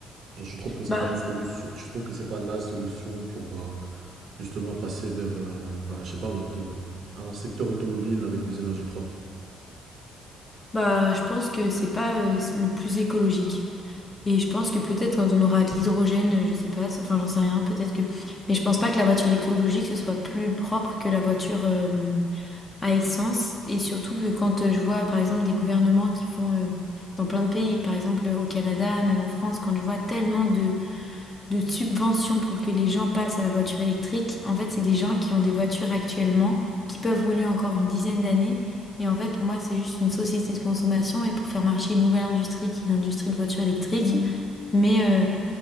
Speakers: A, on the right; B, on the left.
A: Genre, je trouve que c'est
B: bah,
A: pas une solution. Je trouve que c'est pas la solution pour euh, justement passer vers, euh, bah, je sais pas moi, de- un secteur automobile avec des énergies propres.
B: bah, je pense que c'est pas euh, le plus écologique. Et je pense que peut-être quand on aura de l'hydrogène, je sais pas, ça- enfin j'en sais rien, peut-être que. Mais je pense pas que la voiture écologique ce soit plus propre que la voiture euh, à essence. Et surtout que quand euh, je vois par exemple des gouvernements qui font euh, dans plein de pays, par exemple euh, au Canada, même en France, quand je vois tellement de de subventions pour que les gens passent à la voiture électrique. En fait, c'est des gens qui ont des voitures actuellement, qui peuvent rouler encore une dizaine d'années. Et en fait, pour moi, c'est juste une société de consommation et pour faire marcher une nouvelle industrie qui est l'industrie de voitures électriques. Mm. Mais euh,